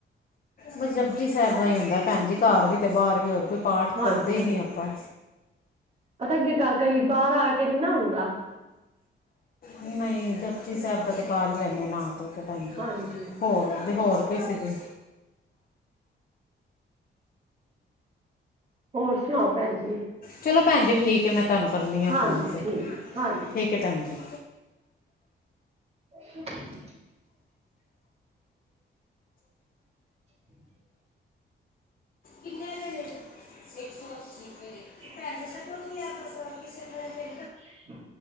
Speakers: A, on the left; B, on the right.
A: ਬਸ ਜਪਜੀ ਸਾਹਿਬ ਦਾ ਹੀ ਹੁੰਦਾ ਭੈਣ ਜੀ, ਘਰ ਵੀ ਤੇ ਬਾਹਰ ਵੀ, ਹੋਰ ਕੋਈ ਪਾਠ
B: ਹਾਂਜੀ
A: ਕਰਦੇ ਹੀ
B: -ਹਾਂਜੀ
A: ਨਹੀਂ ਆਪਾਂ
B: ਪਤਾ ਕੀ ਗੱਲ ਤੇ ਇਹੀ ਬਾਰ ਆ ਕੇ ਨੀ ਨਾ ਹੁੰਦਾ।
A: ਨਹੀਂ ਜਪ ਜੀ ਸਾਹਿਬ ਦਾ ਤੇ ਕਰ ਹੀ ਲੈਂਨੇ ਆ ਨਾ ਧੋ ਕੇ ਭੈਣ ਜੀ।
B: ਹਾਂਜੀ
A: ਹੋਰ ਦੇ ਹੋਰ ਕਿਸੇ ਦੀ।
B: ਹੋਰ ਸੁਣਾਓ ਭੈਣ ਜੀ?
A: ਚਲੋ ਭੈਣ ਜੀ ਠੀਕ ਐ, ਮੈਂ ਤੁਹਾਨੂੰ ਕਰਨੀ ਆ
B: ਹਾਂਜੀ
A: ਫ਼ੋਨ ਫਿਰ,
B: ਠੀਕ ਹਾਂਜੀ
A: ਠੀਕ ਹੈ ਭੈਣ ਜੀ।
B: ਅ <unintelligible> <unintelligible>
A: ਕਿੰਨੇ ਵਜੇ ਲ ਛੇ ਸੌ ਅੱਸੀ
B: ਹਾਂ <unintelligible>
A: <inaudible>
B: ਅੱਛਾ।